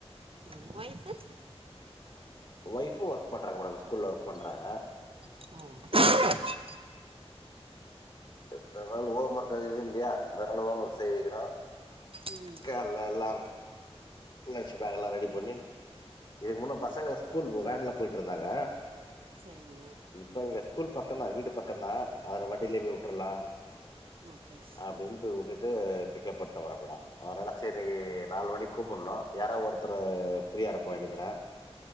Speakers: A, on the right; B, on the left.
A: ம் ஓய்ஃபு
B: ஒய்ஃபு ஒர்க் பண்றாங்க மேடம் ஸ்கூல்ல ஒர்க் பண்றாங்க
A: ஆ
B: இத்தன நாள் ஹோம் ஒர்க் எதுவு இல்லயா அதனால ஹோம் ஒர்க் செய்ய வைக்கணு
A: ம்
B: கே அல்லல்லாம் லன்ச்பேக் எல்லா ரெடி பண்ணி இதுக்கு முன்ன பசங்க ஸ்கூல் வேன்ல போயிட்டு இருந்தாங்க
A: சரிங்க
B: இப்போ இங்க ஸ்கூல் பக்கதா வீடு பக்க தா அது நா வண்டிலயே போய் விட்ருலா
A: ஓகே ஓகேங்க
B: அப்டின் போய் விட்டுட்டு பிக்கப் பண்ட்டு வர மேடம் அதனால சரி நாலு மணிக்கு கூப்புட்ணு யாராவ ஒருத்தர் ப்ரீயா இருப்போ இன்னைக்குனா